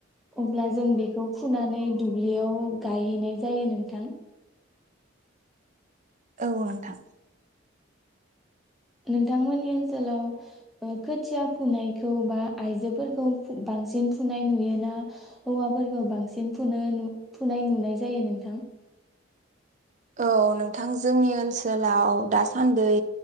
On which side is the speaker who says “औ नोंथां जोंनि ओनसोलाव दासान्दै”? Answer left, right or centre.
Right